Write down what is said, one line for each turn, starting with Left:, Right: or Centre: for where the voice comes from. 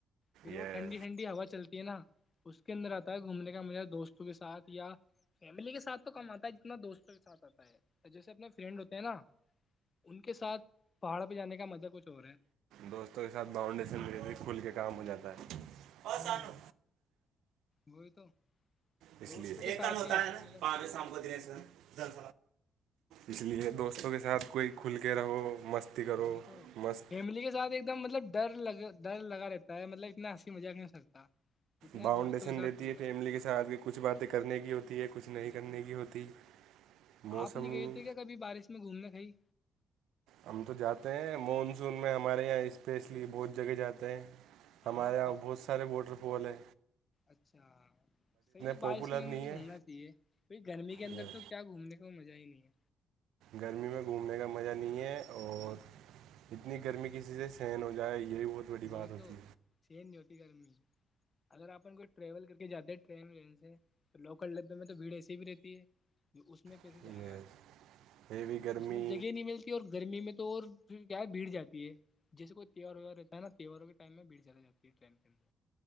Left: پھر
Right: یہ
Left: وہ ٹھنڈی ٹھنڈی ہوا چلتی ہے نا اس کے اندر آتا ہے گھومنے کا میرا دوست دوست کے ساتھ یا فیملی کے ساتھ تو کم آتا ہے جتنا دوستوں کے ساتھ آتا ہے جیسے اپنے فرینڈ ہوتے ہیں نا ان کے ساتھ پہاڑ پہ جانے کا مزہ کچھ اور ہے
Right: دوستوں کے ساتھ باؤنڈیشن م کھل کے کام ہو جاتا ہے اور
Left: ہوں
Right: سانو
Left: وہئی تو
Right: اس
Left: دوستوں
Right: لیے ایک
Left: کے ساتھ
Right: کن ہوتا
Left: ہی آتا
Right: ہے نا
Left: مجھے
Right: پا
Left: پہاڑ کے
Right: شام
Left: اوپر
Right: کو دینے سے اس لیے دوستوں کے ساتھ کوئی کھل کے رہو مستی کرو
Left: وہی تو
Right: مست
Left: فیملی کے ساتھ ایک دم مطلب در لگ در لگا رہتا ہے مطلب اتنا ہنسی مزق نہیں ہو سکتا جتنا
Right: باؤنڈیشن
Left: دوستوں کے ساتھ
Right: رہتی
Left: کر لیتے
Right: ہے فیملی کے ساتھ کہ کچھ باتیں کرنے کی ہوتی ہے کچھ نہیں
Left: وہی
Right: کرنے
Left: تو
Right: کی ہوتی موسم
Left: آپ نہیں گئے تھے کیا کبھی بارش میں گھومنے کی
Right: ہم تو جاتے ہیں مانسون میں ہمارے یہاں اسپیشلی
Left: وہی
Right: بہت
Left: تو
Right: جگہ جاتے ہیں ہمارے
Left: ہاں
Right: یہاں بہت سارے ووٹر بولے
Left: اچھا صحی یہ
Right: پاپولر
Left: بارشوں کے اندر
Right: نہیں
Left: ہی
Right: ہے
Left: گھومنا چاہیے بئی گرمی کے اندر
Right: یہ
Left: تو کیا گھومنے کا مزہ ہی نہیں ہے
Right: گرمی میں گھومنے کا مزہ نہیں ہے اور
Left: وہی
Right: اتنی گرمی کی چیزیں سے سین ہو جائے یہ بھی بہت بڑی
Left: وہی
Right: بات ہوتی
Left: تو سین نہیں ہوتی گھر میں اگر آپن کوئی ٹریول کر کے جاتے ہیں ٹرین ون سے تو لوکل ڈبے میں تو بھیڑ ایسی بھی رہتی ہے اس میں کیسے
Right: ہے
Left: جائے
Right: یس
Left: گا آ
Right: ہیوی گرمی
Left: اس میں جگہ نہیں ملتی اور گرمی میں تو تو اور پھر کیا ہے بھیڑ جاتی ہے جیسے کوئی تیوار ویوار نا تہواروں کے ٹائم بھیڑ جاتی ہے ٹرین کے اندر